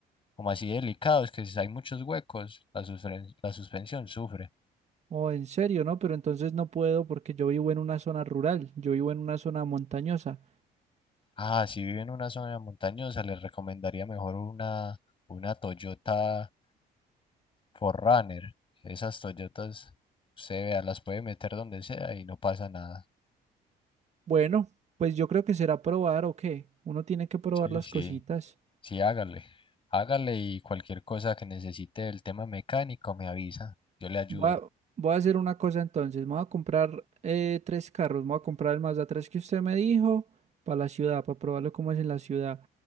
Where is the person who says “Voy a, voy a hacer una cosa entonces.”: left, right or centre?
Right